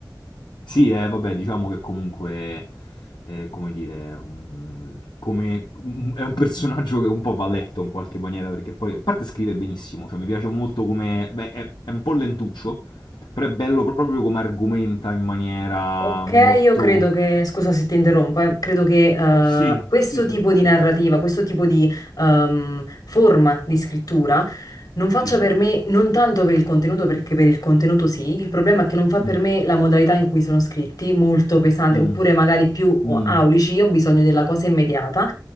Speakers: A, on the left; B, on the left.
A: Sì, eh, vabbè, diciamo che comunque, eh, come dire, mm, come- mm, è un personaggio che un po' va letto in qualche maniera, perché poi, a parte scrive benissimo, cioè mi piace molto come, beh, è, è un po' lentuccio, però è bello proprio come argomenta in maniera
B: Ok,
A: molto...
B: io credo che, scusa se ti interrompo, eh, credo che eh,
A: Sì,
B: questo
A: sì, sì.
B: tipo di narrativa, questo tipo di ehm, forma di scrittura non faccia
A: Sì.
B: per me, non tanto per il contenuto, perché per il contenuto sì, il problema è che non fa
A: Mm,
B: per me la modalità in cui sono scritti, molto pesante,
A: mm,
B: oppure magari più o-
A: mm,
B: aulici, io ho bisogno della cosa immediata